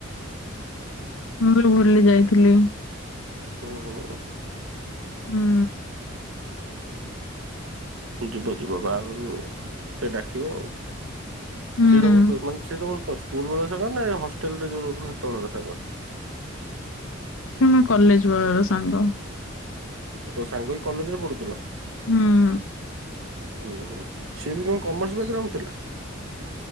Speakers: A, on the left; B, on the right.
A: ମୁଁ ବି ଭୁଲି ଯାଇଥିଲି
B: ହୁଁ
A: ହୁଁ।
B: ଯିବ ଯିବ ବାହାଘରକୁ ଆଉ ଡାକିବ ଆଉ।
A: ହୁଁ
B: ସେ ସବୁ ମାନେ ତମ ସ୍କୁଲ ବେଳର ସାଙ୍ଗ ନା ହଷ୍ଟେଲ ରେ ଯୋଉ ରହୁଥିଲା ସେତେ ବେଳର ସାଙ୍ଗ।
A: ସେ ମୋ କଲେଜ ବେଳ ର ସାଙ୍ଗ
B: ଓ ସାଙ୍ଗ ହେଇକି କଲେଜ ରେ ପଢୁଥିଲ।
A: ହୁଁ।
B: ଓହୋ ସିଏ ବି କଣ କମର୍ସ ବେଗ୍ରାଉଣ୍ଡ ଥିଲା।